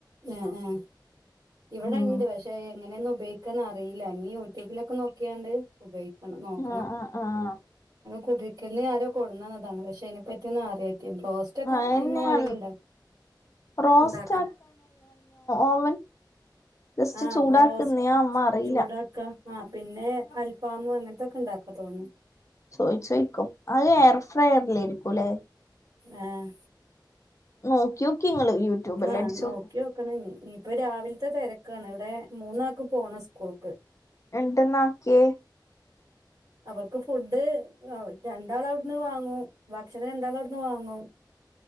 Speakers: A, on the right; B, on the left.
A: ആഹ് ആഹ് ഇവിടെ
B: ഉം
A: ഉണ്ട് പക്ഷെ എങ്ങനെയാന്ന് ഉപയോഗിക്കാന്ന് അറിയില്ല ഇനി യൂട്യൂബിലൊക്കെ നോക്കിയാണ്ട് ഉപയോഗി നോക്കണം
B: ആഹ് ആഹ് ആഹ്
A: കുഴികലിന് ആരോ കൊണ്ട്താന്നാണ് പക്ഷെ അതിനെ പറ്റി ഒന്നും അ റോസ്റ്റ് ഒക്കെ
B: ആഹ്
A: അതിമേ
B: എന്നെയാന്ന്
A: വേണെങ്കില്
B: റോസ്റ്റ്
A: ഉണ്ടാക്ക
B: ഓവൻ ജസ്റ്റ്
A: ആഹ്
B: ചൂടാക്കുന്ന
A: ബ്രോസ്
B: യമ്മ അറിയില്ല
A: ചൂടാക്കാ ആഹ് പിന്നെ അൽഫാമോ അങ്ങനത്തൊക്കെ ഉണ്ടാക്കാന്ന് തോന്നുന്നു
B: ചോയിചോയിക്കും അഹ് എയെർ ഫ്രയർല്ലെയ്രിക്കും ലെ
A: ആഹ്
B: നോക്കിയോക്കി ഇങ്ങള് യൂട്യൂബെല്ലാം
A: ആഹ്
B: അടിച്ചോക്ക്
A: നോക്കിയോക്കെണം ഇനി ഇപ്പ രാവിൽത്തെ തെരക്കാണ് ഇവെടെ മൂന്നാക്ക് പോണം സ്കൂൾക്ക്
B: എന്ന്ട്ട് എന്നാക്കിയേ?
A: അവെർക്ക് ഫുഡ് ആ ഓൽ രണ്ടാൾ അയുട്ന്ന് വാങ്ങും ഭക്ഷണം രണ്ടാൾ അയുട്ന്ന് വാങ്ങും